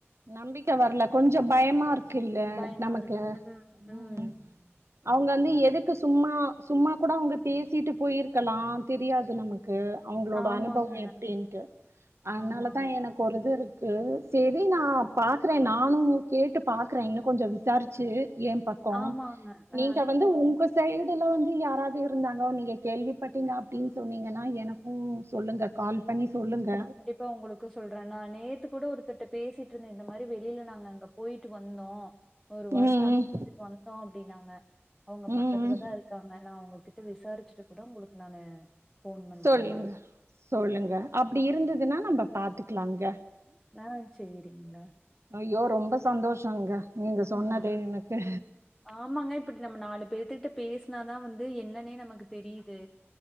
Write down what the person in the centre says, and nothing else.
பயமா
இருக்கு. ம்,
ம்.
ஆமாங்க.
ஆமா, ஆமா.
ஆமாங்க.
அ.
இப்ப உங்களுக்கு சொல்ற நா நேத்து கூட ஒருத்தர்கிட்ட பேசிட்டு இருந்தே இந்த மாறி வெளியில நாங்க அங்க போயிட்டு வந்தோ ஒரு வாரோ
தங்கிட்டு
வந்தோ அப்டின்னாங்க அவங்க பக்கத்துல
தா இருக்காங்க நா அவங்க கிட் ட விசாரிச்சிட்டு கூட உங்களுக்கு நானு போன் பண்ற
அந்மாறி
அ சேரிங்க
ஆஹ்
ஆமாங்க இப்ப நம்ம நாலு பேர்த்தக்கிட்ட பேசினாதா வந்து என்னன்னே நமக்கு தெரியுது